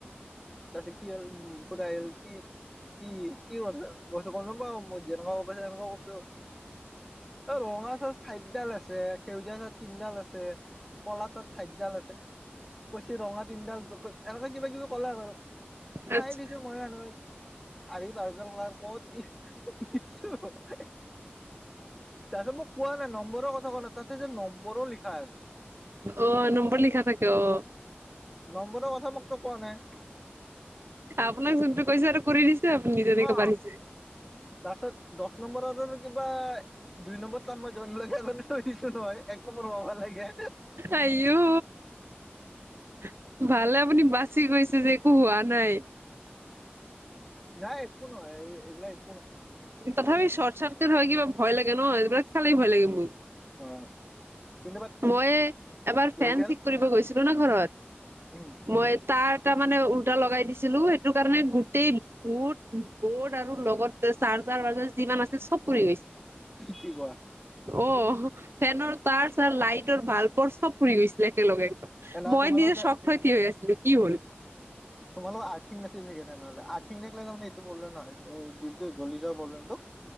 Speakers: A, in the centre; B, on the right.
A: তাৰপিছত কি হ'ল খুদাই আহিল কি কি কি বস্তু, মই কৈছোঁ গম নাপাওঁ মই যেনেকুৱা কৰব পাৰে তেনেকুৱা কৰিছো, এ ৰঙা চচ চাইতডাল আছে, সেউজীয়া তাত তিনিডাল আছে, কলা তাত চাইতডাল আছে। কৈচি ৰঙা তিনিডাল যোগকৰ এনেকুৱা কিবা-কিবি কলে বাৰু, সোমাই
B: আচ্ছা আচ্ছা
A: হে দিছো মই ভাল পাইছো চাৰি পাঁচদাল ৱাৰ ক'ত তাতে মোক কোৱা নাই নম্বৰৰ কথা কোৱা নাই, তাতে যে নম্বৰো লিখা আছে।
B: অ', নম্বৰ লিখা থাকে অ'।
A: নম্বৰৰ কথা মোকতো কোৱা নাই।
B: আপোনাক যোনটো কৈছে আৰু কৰি দিছে আপুনি যেনেকে
A: অ
B: পাৰিছে।
A: লাষ্টত পিছত দহ নম্বৰৰো কিবা দুই নম্বৰ তাত মই জইন লগাই থৈ দিছো নহয় এক নম্বৰ হবা লাগে।
B: আই অ',। উ ভালে আপুনি বাচি গৈছে যে একো হোৱা নাই।
A: নাই একো নহয় এইগিলাক এক
B: তথাপি শৰ্টচাৰ্কিট হয় কিবা ভয় লাগে ন' এইবিলাক চালেই ভয় লাগে মোৰ।
A: অ কিন্তু বাট
B: মই এবাৰ
A: হৈ
B: ফেন
A: গ'ল
B: ঠিক কৰিব গৈছিলো না ঘৰত।
A: উম
B: মই তাত এটা মানে উল্টা লগাই দিছিলো, সেইটো কাৰণে গোটেই বোৰ্ড- বৰ্ড আৰু লগত চাৰ্জাৰ-টাৰ্জাৰ যিমান আছিল চব পুৰি গৈছিল।
A: কি কোৱা
B: অ',। ফেনৰ তাৰ-চাৰ, লাইটৰ, বাল্বৰ চব পুৰি গৈছিল, একেলগে
A: নাই
B: মই
A: তোমালোকৰ
B: নিজে চক খাই থিয় হৈ আছিলো কি হ'ল।
A: তোমালোকৰ আৰ্থিং নাছিল চাগে, তেনেহলে আৰ্থিং থাকিলে তাৰমানে এইটো প্ৰব্লেম নহয়, যোনটো জ্বলি যোৱাৰ প্ৰবলেমটো।